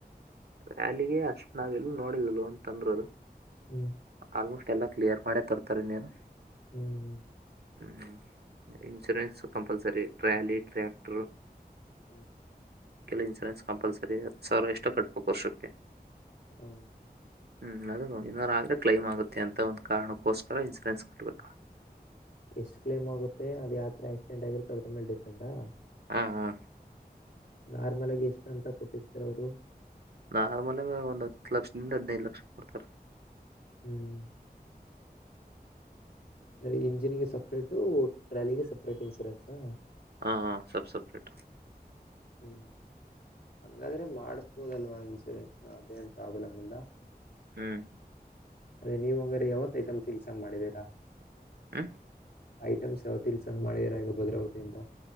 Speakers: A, on the right; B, on the left.
A: ವ್ಯಾಲಿಗೆ ಅಷ್ಟ ನಾವೆಲ್ಲೂ ನೋಡಿಿಲ್ಲಲ್ವ ಅಂತ ಅಂದ್ರದು
B: ಹ್ಮ್
A: ಆಲ್ಮೋಸ್ಟ್ ಎಲ್ಲ ಕ್ಲಿಯರ್ ಮಾಡೆ ತರ್ತಾರೆ ನೀನು
B: ಹ್ಮ್
A: ಹ್ಮ್ ಇನ್ಸೂರೆನ್ಸ್ ಕಂಪಲ್ಸರಿ ರಟ್ರ್ಯಾಲಿ ಟ್ರ್ಯಾಕ್ಟರು
B: ಹ
A: ಕೆಲ ಇನ್ಸೂರೆನ್ಸ್ ಕಂಪಲ್ಸರಿ ಹತ್ತು ಸಾವಿರ ಎಷ್ಟು ಕಟ್ಬೇಕು ವರ್ಷಕ್ಕೆ
B: ಹ್ಮ
A: ಹ್ಮ್ ಅದು ಇನ್ನ್ ಆದ್ರೆ ಕ್ಲೈಮ್ ಆಗುತ್ತೆ ಅಂತ ಒಂದು ಕಾರಣಕ್ಕೋಸ್ಕರ ಇನ್ಸೂರೆನ್ಸ್ ಕೊಡ್ಬೇಕು
B: ಎಷ್ಟ್ ಕ್ಲೈಮ್ ಆಗೆ ಅದ ಯಾವ್ರ ಆಕ್ಿಡೆಂಟ್ಗರುತ್ತ ಅದ್ರ ಮೇಲೆ ಡಿಪೆಂಡ್ಾ
A: ಹಾ ಹಾ
B: ನಾರ್ಮಲ್ಾಗಿಿ ಎಷ್ಟು ಅಂತ ಕೊಟ್ಟಿರ್ತಾರೆ ಅವರು
A: ನಾರ್ಮಲ್ಾಗ ಒಂದ್ ಹತ್ತು ಲಕ್ಷದಿಂದ ಹದ್ನೈದು ಲಕ್ಷ ಕೊಡ್ತಾರ
B: ಹ್ಮ್ ಅಂದ್ರೆ ಇಂಜಿನ್ಗೆ ಸಪ್ರೇಟು ಟ್ರಾಲಿಗೆ ಸಪ್ರೇಟ್ ಇನ್ಸೂರೆನ್ಸಾ
A: ಹಾ ಹಾ ಸಬ್ ಸಪ್ರೇಟ್
B: ಹ್ಮ್ ಹಂಗಾದ್ರೆ ಮಾಡಸ್ಬೋದಲ್ವಾ ಹಂಗ್ಸ ಇನ್ಸೂರೆನ್ಸ್ನ ಅದೇನು ಪ್ರಾಬ್ಲಮ ಇಿಂದ
A: ಹ್ಮ್
B: ಅದೇ ನೀವು್ ಹಂಗ್ರ ಯಾವತ್ ಐಟಮ್ ಕೆಲ್ಸ ಮಾಡಿದೀರಾ
A: ಹ್ಮ
B: ಐಟಮ್ಸ್ ಯಾವತಿ ಇಲ್ಸಂಗ್ ಮಾಡಿರ ಈಗ ಭದ್ರಾವತಿಿಂದ